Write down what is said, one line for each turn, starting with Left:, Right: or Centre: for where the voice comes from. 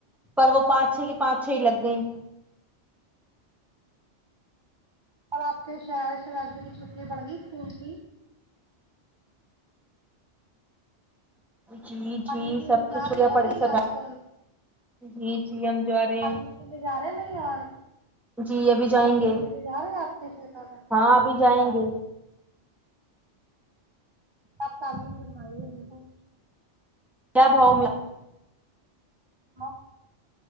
Centre: پر وہ پانچ چھے کی پانچ چھ ہی لگ گئی
Right: اور آپ کے ش شہازی کی چھٹیاں پڑ گئی اسکول کی
Centre: جی
Right: تلیم
Centre: جی
Right: لینے
Centre: سب کی
Right: جا
Centre: چھٹیاں
Right: رہے وہ
Centre: پڑ
Right: نہیں
Centre: گئی سب
Right: آج کل
Centre: جی جی ہم جا رہے
Right: حلیم
Centre: ہیں
Right: لینے جا رہے نہیں ار
Centre: جی ابھی جائیں
Right: تعلیم
Centre: گے
Right: لینے جا رہے آپ کے
Centre: ہاں ابھی
Right: اچھا
Centre: جائیں گے
Right: آپ تالین د م ان کو
Centre: کیا باووں میں
Right: ہاں